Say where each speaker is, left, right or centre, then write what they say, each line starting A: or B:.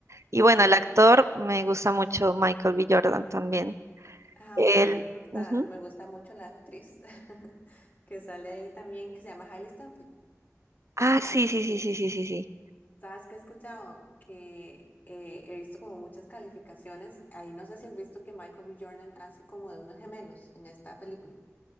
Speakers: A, on the right; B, on the left.
A: Y bueno,
B: sí.
A: el actor me gusta mucho Michael B. Jordan también.
B: Ajá,
A: Él,
B: bueno, a mí me gusta,
A: ujú.
B: me gusta mucho la actriz <laughs> que sale ahí también, que se llama Hailey Steinfeld.
A: Ah, sí,
B: Este,
A: sí, sí, sí, sí, sí, sí.
B: Sabes que he escuchado que eh, he visto como muchas calificaciones. Ahí no sé si has visto que Michael B. Jordan hace como de unos gemelos en esta película.